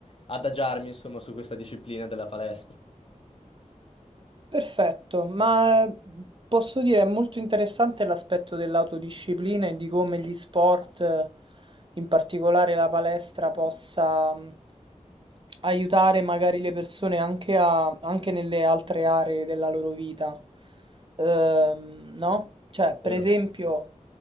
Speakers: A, on the left; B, on the right.
A: adagiarmi, insomma, su questa disciplina della palestra.
B: Perfetto, ma eh, posso dire è molto interessante l'aspetto dell'autodisciplina e di come gli sport, eh, in particolare la palestra, possa mh, aiutare magari le persone anche, a, anche nelle altre aree della loro vita. Ehm, no? Cioè,
A: Vero.
B: per esempio,